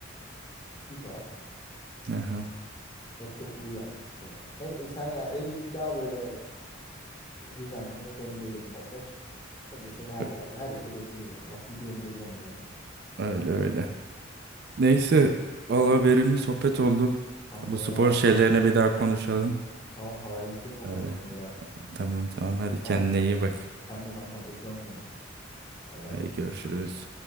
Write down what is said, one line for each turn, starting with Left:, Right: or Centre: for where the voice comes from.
Left: iyi bari.
Right: Aha.
Left: Yok yok iyi yapmış ya. Hem e, sen ya ellilik daha böyle e, düzenli, dengeli bir motor. Hem de seni her
Right: Ö-
Left: yerde, her yere götürür yani. Bak gidiyorum, geliyorum diyorum.
Right: Öyle öyle. Neyse valla verimli sohbet oldu.
Left: Kankam
Right: Bu spor
Left: eyvallah.
Right: şeylerini bir daha konuşalım.
Left: Tamam haberleşelim bu
Right: Hadi
Left: konu hakkında bir daha.
Right: tamam tamam hadi
Left: Tamam.
Right: kendine iyi bak.
Left: Sen de kankam öpüyorum seni. Hadi bay.
Right: Hadi görüşürüz.